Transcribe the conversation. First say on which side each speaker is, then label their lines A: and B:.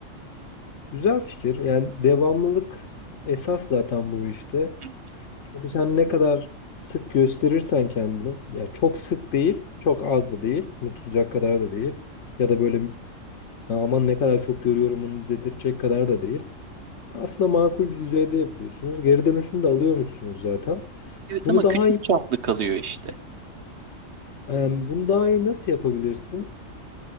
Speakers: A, on the left (about 65°); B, on the right (about 55°).
A: güzel fikir. Yani devamlılık esas zaten bu işte.
B: Hı.
A: Çünkü sen ne kadar sık gösterirsen kendini, yani çok sık değil, çok az da değil, unutulacak kadar da değil ya da böyle "Ya aman ne kadar çok görüyorum onu dedirtecek kadar da değil. Aslında makul bir düzeyde yapıyorsunuz. Geri dönüşünü de alıyormuşsunuz zaten.
B: Evet
A: Bunu
B: ama
A: daha
B: küçük
A: iyi,
B: çaplı kalıyor işte.
A: em, bunu daha iyi nasıl yapabilirsin?